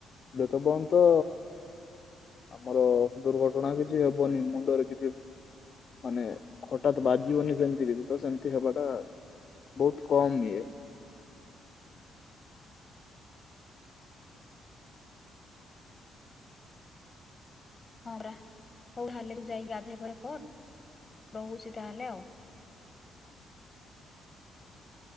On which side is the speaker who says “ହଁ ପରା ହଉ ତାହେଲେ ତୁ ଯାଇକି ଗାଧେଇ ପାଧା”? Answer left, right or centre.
Left